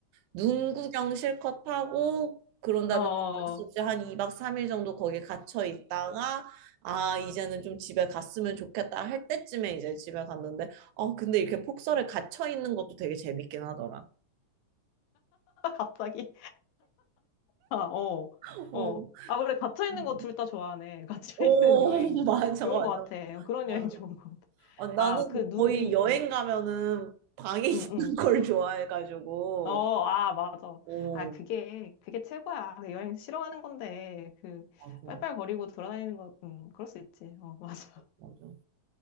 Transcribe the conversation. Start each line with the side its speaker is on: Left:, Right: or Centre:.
Right: 눈 구경 실컷 하고 그런 다음에
Left: 어,
Right: 어쩔 수 없이
Left: <laughs>
Right: 한 2박 3일 정도 거기에 갇혀 있다가 아 이제는 좀 집에 갔으면 좋겠다 할 때쯤에 이제 집에 갔는데 어, 근데 이렇게 폭설에 갇혀 있는 것도 되게 재밌긴 하더라.
Left: 갑자기. 아, 어,
Right: 어,
Left: 어. 아, 그래, 갇혀있는
Right: 음.
Left: 거 둘 다 좋아하네. <laughs> 갇혀있는
Right: 오,
Left: 여행
Right: <laughs> 맞아,
Left: 좋은
Right: 맞아,
Left: 것 같아. 그런
Right: 맞아.
Left: 여행 <laughs> 좋은 것 같아.
Right: 어, 나는
Left: 아, 그 눈이,
Right: 거의 여행 가면은 방에 <laughs> 있는
Left: 응, 응.
Right: 걸 좋아해가지고.
Left: 어, 아, 맞아.
Right: 오,
Left: 아, 그게, 그게 최고야. 그 여행 싫어하는 건데, 그,
Right: 맞아,
Left: 빨빨거리고 돌아다니는 거, 음, 그럴 수 있지. 어, <laughs> 맞아.
Right: 맞아.